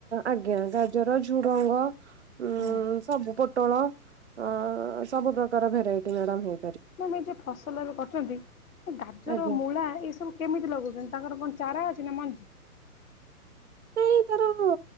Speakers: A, on the right; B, on the left.
A: ଆଜ୍ଞା ଗାଜର ଝୁଡ଼ଙ୍ଗ ଉଁ।
B: ହୁଁ
A: ସବୁ ପୋଟଳ ଅ ସବୁ ପ୍ରକାର ଭେରାଇଟ୍ ମଡାମ୍ ହେଇ
B: ମାମ୍ ଏ ଯୋଉ ଫସଲ ଏବେ କରିଛନ୍ତି ଗାଜର,
A: ଆଜ୍ଞା।
B: ମୂଳା ଏସ ଏସବୁ କେମିତି ଲଗଉଛନ୍ତି ତାଙ୍କର କଣ ଚାରା ଅଛି ନା ମଞ୍ଜି।
A: ନାହିଁ ତାର ହଁ